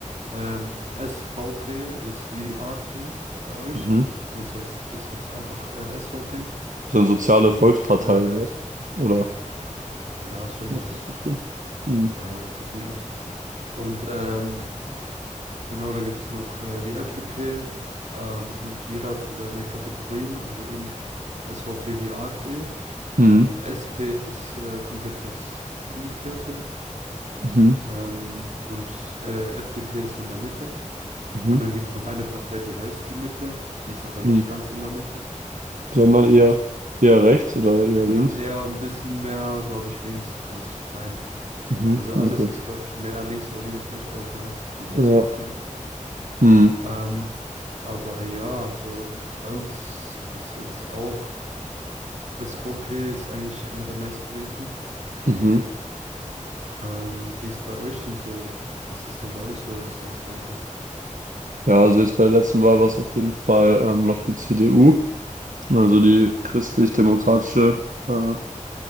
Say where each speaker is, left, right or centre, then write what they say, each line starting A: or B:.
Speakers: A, on the right; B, on the right.
A: ähm, SVP ist wie AfD bei euch.
B: Mhm.
A: Bei uns heißt es gibt's einfach äh, SVP.
B: Ist das eine soziale
A: Dann
B: Volkspartei
A: gibt's äh,
B: oder was? Oder?
A: ja, ist irgendwas,
B: Das ist richtig. Mhm.
A: ja, plus minus. Und ähm, Genau, dann gibt es noch äh, die FDP ähm, und jeder hat so seine Kategorien, also eben SVP wie AfD.
B: Mhm.
A: Dann SP ist äh, komplett das Umgekehrte
B: Mhm.
A: ähm, und äh, FDP ist so in der Mitte.
B: Mhm.
A: Und dann gibt es noch eine Partei, die heißt die Mitte, die ist aber nicht
B: Mhm.
A: ganz in der Mitte,
B: Sondern
A: wenn du verstehst,
B: eher eher rechts oder eher
A: sondern
B: links.
A: eher ein bisschen mehr, glaube ich, links, ganz fein.
B: Mhm.
A: Also alles
B: Okay.
A: ist, glaube ich, mehr linksorientiert, außer die SVP.
B: Ja. Mhm.
A: Ähm, Aber ja, also bei uns ist jetzt auch SVP ist eigentlich einer der meistgewählten.
B: Mhm.
A: Ähm, wie ist bei euch denn so? Was ist denn bei euch so das meistgewählte?
B: Ja, also jetzt bei der letzten Wahl war es auf jeden Fall ähm, noch die CDU, also die Christlich-Demokratische äh,